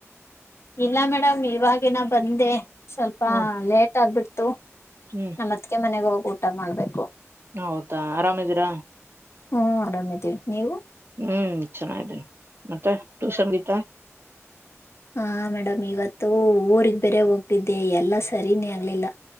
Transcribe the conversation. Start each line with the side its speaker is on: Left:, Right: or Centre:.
Left: ಇಲ್ಲ ಮೇಡಮ್ ಇವಾಗಿನ ಬಂದೆ ಸ್ವಲ್ಪ
Right: ಹ್ಮ
Left: ಲೇಟ್ ಆಗ್ಬಿಡ್ತು
Right: ಹ್ಮ್
Left: ನಮ್ಮತ್ಕ ಮನೆಗ ಹೋಗಿ ಊಟ ಮಾಡ್ಬೇಕು
Right: ಹೌದಾ ಆರಾಮಿದೀರಾ
Left: ಹ್ಮ ಆರಾಮಿದ್ದೀವಿ ನೀವು
Right: ಹ್ಮ್ ಚೆನ್ನಿದ್ದೀನಿ ಮತ್ತೆ ಟ್ಯೂಷನ್ ಗೀತಾ
Left: ಹಾ ಮೇಡಮ್ ಇವತ್ತು ಊರಿಗೆ ಬೇರೆ ಹೋಗ್ತಿದ್ದೆ ಎಲ್ಲಾ ಸರಿನೇ ಆಗ್ಲಿಲ್ಲ